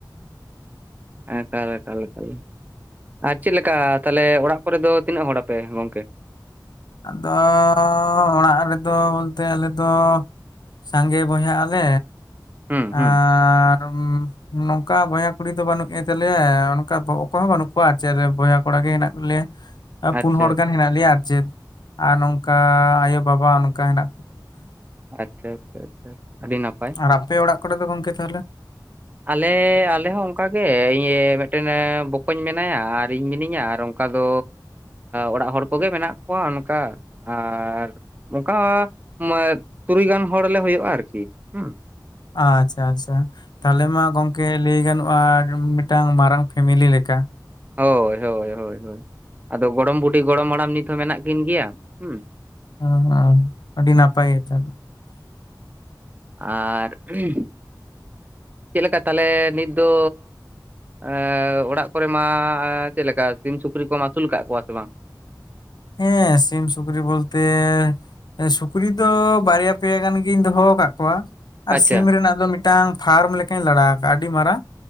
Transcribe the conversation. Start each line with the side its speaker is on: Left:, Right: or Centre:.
Right: ᱮᱠᱟᱞ ᱮᱠᱟᱞ ᱮᱠᱟᱞ, ᱟᱨ ᱪᱮᱫ ᱞᱮᱠᱟ ᱛᱟᱦᱞᱮ ᱚᱲᱟᱜ ᱠᱚᱨᱮ ᱫᱚ? ᱛᱤᱱᱟᱹᱜ ᱦᱚᱲᱟᱯᱮ ᱜᱚᱝᱠᱮ?
Left: ᱟᱫᱚ ᱚᱲᱟᱜ ᱨᱮᱫᱚ ᱵᱚᱞᱛᱮ ᱟᱞᱮ ᱫᱚ, ᱥᱟᱸᱜᱮ ᱵᱚᱭᱦᱟ ᱟᱞᱮ
Right: ᱦᱩᱸ
Left: ᱟᱨ
Right: ᱦᱩᱸ
Left: ᱩᱸ ᱱᱚᱝᱠᱟ ᱵᱚᱭᱦᱟ ᱠᱩᱲᱤ ᱫᱚ ᱵᱟᱹᱱᱩᱜ ᱠᱤᱱ ᱛᱟᱞᱮᱭᱟ ᱚᱱᱠᱟ ᱚᱠᱚᱭ ᱦᱚᱸ ᱵᱟᱹᱱᱩᱜ ᱠᱚᱣᱟ ᱪᱮᱜ ᱨᱮ ᱵᱚᱭᱦᱟ ᱠᱚᱲᱟ ᱜᱮ ᱦᱮᱱᱟᱜ ᱞᱮᱭᱟ᱾ ᱟ ᱯᱩᱱ
Right: ᱟᱪᱪᱷᱟ
Left: ᱦᱚᱲ
Right: ᱟᱪᱪᱷᱟ
Left: ᱜᱟᱱ ᱦᱮᱱᱟᱜ ᱞᱮᱭᱟ ᱟᱨ ᱪᱮᱜ ᱟᱨ ᱱᱚᱝᱠᱟ ᱟᱭᱳᱼᱵᱟᱵᱟ ᱱᱚᱝᱠᱟ ᱦᱮᱱᱟᱜ
Right: ᱟᱪᱪᱷᱟ ᱟᱪᱪᱷᱟ ᱟᱪᱪᱷᱟ ᱟᱹᱰᱤ ᱱᱟᱯ
Left: ᱟᱨ ᱟᱯᱮ ᱚᱲᱟᱜ ᱠᱚᱨᱮ ᱫᱚ ᱜᱚᱝᱠᱮ ᱛᱟᱦᱚᱞᱮ?
Right: ᱟᱞᱮ ᱟᱞᱮ ᱦᱚᱸ ᱚᱝᱠᱟᱜᱮ ᱤᱧ ᱢᱤᱜᱴᱮᱱ ᱵᱚᱠᱚᱧ ᱢᱮᱱᱟᱭᱟ ᱟᱨ ᱤᱧ ᱢᱤᱱᱟᱹᱧᱟ ᱟᱨ ᱚᱝᱠᱟ ᱫᱚ ᱚᱲᱟᱜ ᱟ ᱦᱚᱲ ᱠᱚᱜᱮ ᱢᱮᱱᱟᱜ ᱠᱚᱣᱟ ᱚᱱᱠᱟ ᱟᱨ ᱚᱝᱠᱟ ᱦᱚᱸ ᱢᱚᱭ ᱛᱩᱨᱩᱭ ᱜᱟᱱ ᱦᱚᱲᱞᱮ ᱦᱩᱭᱩᱜᱼᱟ ᱟᱨᱠᱤ ᱦᱩᱸ᱾
Left: ᱟᱪᱪᱷᱟ ᱟᱪᱪᱷᱟ ᱛᱟᱦᱚᱞᱮ ᱢᱟ ᱜᱚᱝ ᱠᱮ ᱞᱟᱹᱭ ᱜᱟᱱᱚᱜᱼᱟ ᱢᱤᱜᱴᱟᱝ ᱢᱟᱨᱟᱝ ᱯᱷᱮᱢᱮᱞᱤ ᱞᱮᱠᱟ᱾
Right: ᱦᱳᱭ ᱦᱳᱭ ᱦᱳᱭ ᱦᱳᱭ ᱟᱫᱚ ᱜᱚᱲᱚᱢ ᱵᱩᱰᱷᱤ ᱜᱚᱲᱚᱢ ᱦᱟᱲᱟᱢ ᱱᱤᱛ ᱦᱚᱸ ᱢᱮᱱᱟᱜ ᱠᱤᱱ ᱜᱮᱭᱟ ᱦᱩᱸ᱾
Left: ᱦᱩᱸ ᱦᱩᱸ ᱟᱹᱰᱤ ᱱᱟᱯᱟᱭ ᱱᱮᱛᱟᱨ ᱫᱚ᱾
Right: ᱟᱨ ᱦᱩᱸ, ᱪᱮᱜ ᱠᱟ ᱛᱟᱦᱚᱞᱮ ᱱᱤᱛ ᱫᱚ, ᱮᱸ ᱚᱲᱟᱜ ᱠᱚᱨᱮ ᱢᱟ ᱪᱮᱫᱞᱮᱠᱟ ᱥᱤᱢ ᱥᱩᱠᱨᱤ ᱠᱚᱢ ᱟᱹᱥᱩᱞ ᱠᱟᱜ ᱠᱚᱣᱟ ᱥᱮ ᱵᱟᱝ?
Left: ᱦᱮᱸ ᱥᱤᱢ ᱥᱩᱠᱨᱤ ᱵᱚᱞᱛᱮ, ᱮᱸ ᱥᱩᱠᱨᱤ ᱫᱚ ᱵᱟᱨᱭᱟ ᱯᱮᱭᱟ ᱜᱟᱱ ᱜᱤᱧ ᱫᱚᱦᱚ ᱠᱟᱜ ᱠᱚᱣᱟ᱾ ᱟᱨ
Right: ᱟᱪᱪᱷᱟ
Left: ᱥᱤᱢ ᱨᱮᱱᱟᱜ ᱫᱚ ᱢᱤᱜᱴᱟᱝ ᱯᱷᱟᱨᱚᱢ ᱞᱮᱠᱟᱧ ᱞᱟᱲᱟᱣ ᱠᱟᱜᱼᱟ ᱟᱹᱰᱤ ᱢᱟᱨᱟᱝ